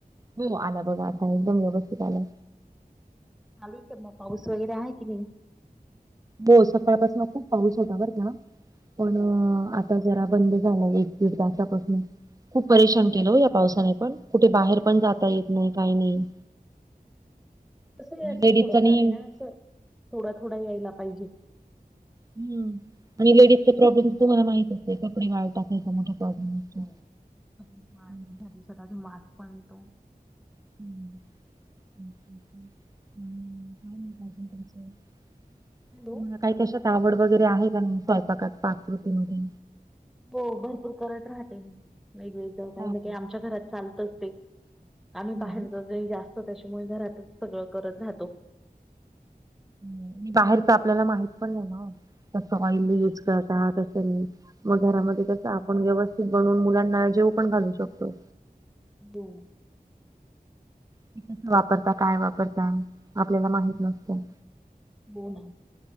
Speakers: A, on the right; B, in the centre.
A: हो, आला बघा आता एकदम व्यवस्थित आला.
B: चालूय का मग पाऊस वगैरे आहे की नाही.?
A: हो सकाळ पासनं खूप पाऊस होता बर का, पण अ,
B: हम्म.
A: आता जरा बंद झाला एक दीड तासापासून. खूप परेशान
B: हम्म
A: केलं हो या पावसाने पण, कुठे बाहेर पण जाता येत नाही काय नाही.
B: कसं आहे असं
A: लेडीजा
B: थोडंफार
A: नि <unintelligible>
B: आहे ना असं थोडा थोडा यायला पाहिजे.
A: हम्म, आणि लेडीज चे
B: हो
A: प्रॉब्लेमस तुम्हाला माहितच आहे, कपडे वाळु टाकायचा मोठा प्रॉब्लेम. असतो.
B: हो, वाळत
A: हम्म
B: पण नाही स्वतःच वास पण येतो.
A: हम् का <inaudible> तुम्हाला
B: हॅलो
A: काही कशात आवड वगैरे आहे का नाही?, स्वयंपाकात पाककृतीमध्ये.
B: हो भरपूर करत राहते मी, वेगवेगळ काही
A: हो
B: ना काही,
A: हो.
B: आमच्या घरात चालतच ते. आम्ही बाहेर
A: हो ना
B: जात नाही जास्त त्याच्यामुळे घरातच सगळं करत राहतो.
A: आणि बाहेरच आपल्याला माहित पण नाही ना ओ, कसं
B: हम्म
A: ऑइल युज कर राहत असेल, मग घरामध्ये
B: हम्म
A: कसं आपण व्यवस्थित बनवून मुलांना जेऊ पण घालू शकतो.
B: हो.
A: ते कसं वापरता काय वापरता, आपल्याला माहित
B: हम्म
A: नसतं.
B: हो ना,